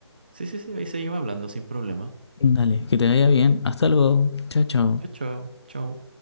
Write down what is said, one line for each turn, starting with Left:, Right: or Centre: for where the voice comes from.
Right: Sí, sí, sí, ahí seguimos hablando sin problema.
Left: Dale, que te vaya bien. Hasta luego. Chao, chao.
Right: Chao, chao, chao.